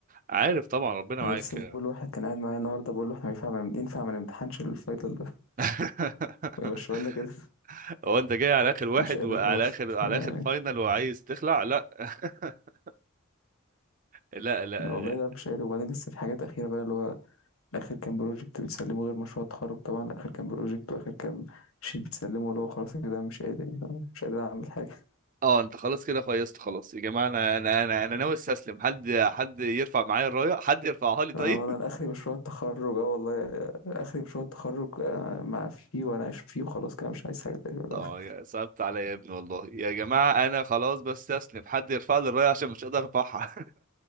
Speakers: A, on the right; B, on the left.
A: عارف طبعا ربنا
B: أنا
A: معاك
B: لسه بقول لواحد كان قاعد معايا النهاردة بقول له احنا ينفع ما ينفع ما نمتحنش الفاينل ده
A: <laughs>
B: ويمشي لنا كده
A: هو انت جاي على اخر واحد
B: مش قادر
A: وعلى
B: خلاص
A: اخر
B: فاهم
A: على اخر
B: يعني
A: فاينل وعايز تخلع لا <laughs> لا لا
B: والله لا مش قادر وبعدين لسه في حاجات أخيرة بقى اللي هو آخر كام بروجكت بتسلمه غير مشروع التخرج طبعا آخر كام بروجكت وآخر كام شيت بتسلمه اللي هو خلاص كده مش قادر يعني فاهم؟ مش قادر أعمل حاجة
A: اه انت خلاص كده فيصت خلاص يا جماعه انا انا انا انا ناوي استسلم حد حد يرفع معايا الرايه حد يرفعها لي طيب
B: آه، انا اخري مشروع التخرج اه والله آه، اخري مشروع التخرج آه، مع فيه واناقش فيه وخلاص كده مش عايز حاجه
A: <laughs>
B: تاني دلوقتي.
A: اه يا صعبت عليا يا ابني والله يا جماعه انا خلاص بستسلم حد يرفع لي الرايه عشان مش قادر ارفعها